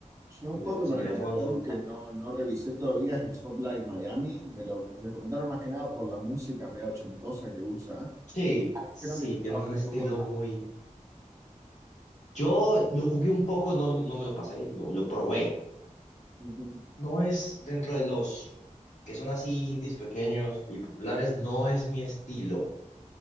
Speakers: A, on the right; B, on the left.
A: yo
B: de
A: un juego que
B: sonido
A: me recomendaron
B: de fondo.
A: que no, no revisé todavía es el Hotline Miami. Me lo recomendaron más que nada por la música medio ochentosa que usa.
B: Sí,
A: Dijeron
B: sí,
A: de que está
B: tiene
A: bastante
B: un estilo
A: bueno.
B: muy...
A: ¿no?
B: Yo lo jugué un poco, no, no me lo pasé, lo, lo probé.
A: Ujú.
B: No es dentro de los que son así indies pequeños y populares, no es mi estilo.